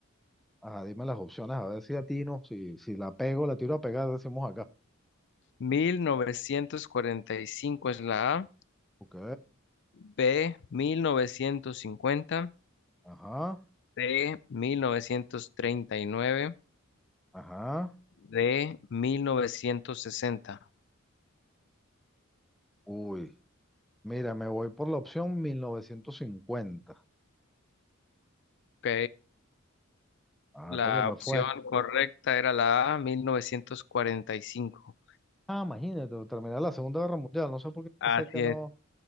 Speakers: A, in the centre; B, on the left (about 55°).
A: Ajá, dime las opciones, a ver si atino, si, si la pego, la tiro a pegar, decimos acá.
B: 1945 es la A,
A: Ok,
B: B, 1950.
A: ajá,
B: de 1939,
A: ajá.
B: de 1960.
A: Uy, mira, me voy por la opción mil novecientos cincuenta
B: Ok,
A: Ah,
B: la
A: ¿cómo me
B: opción
A: fue?
B: correcta era la A, 1945.
A: Ah, imagínate, terminar la Segunda Guerra Mundial. No sé por qué
B: Así
A: pensé que no,
B: es.